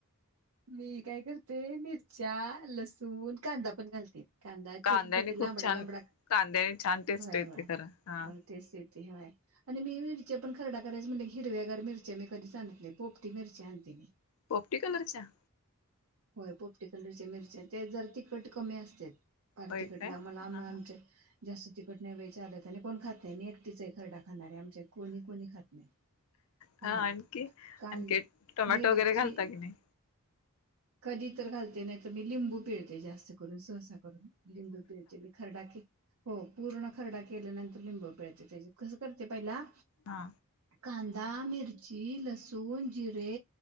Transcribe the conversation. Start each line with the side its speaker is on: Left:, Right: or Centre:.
Right: मी काय करते मिरच्या लसूण कांदा पण घालते कांदाच
Left: कांद्याने
Right: चिरून घेणे
Left: खूप
Right: लांमडा
Left: छान
Right: लांबडा
Left: कांद्याने छान टेस्ट
Right: होय
Left: येते
Right: होय
Left: खरं हा
Right: ते स्थिती होय आणि मी पण खरडा करायच म्हणलं की हिरव्यार मिरच्या मी कधीच आणत नाहीमी पोपटी मिरची आणते मी
Left: पोपटी कलरच्या
Right: होय पोपटी कलरचे मिरच्या ते जर तिखट कमी असते भारतीकडला
Left: होय काय
Right: आम्हाला
Left: हा
Right: आम्हा
Left: हा
Right: आमच्या जास्त तिखट नाही बाई चालत आणि कोण खात नाही मी एकटीचाही खरडा खाणार आहे आमच्या कोणी कोणी खात नाही
Left: हा
Right: हो
Left: आणखी
Right: कन
Left: आणखी टोमॅटो
Right: मिरची
Left: वगैरे घालता की नाही
Right: कधी तर घालते नाही तर मी लिंबू पिळते जास्त करून स्वसा लिंबू पिळते मी खरडा हो पूर्ण खरडा केल्यानंतर लिंबू पिळते त्यात कसं करते पहिला
Left: हा
Right: कांदा मिरची लसूण जिरे